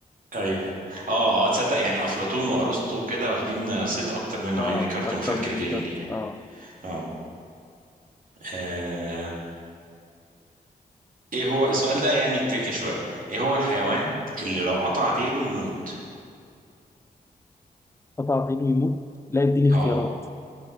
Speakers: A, on the right; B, on the left.
A: ايوه اه اه تصدق يعني افلاطون وارسطو كده واخدين صيت اكتر منه
B: اه
A: يعني ديكارت
B: اكتر
A: مفكر
B: من
A: كبير
B: ديكارت
A: يعني
B: اه
A: اه آه، ايه هو السؤال ده يعني تريكي شويه ايه هو الحيوان اللي لو قطع ديله يموت
B: قطع عينه يموت لا اديني اختيارات
A: اه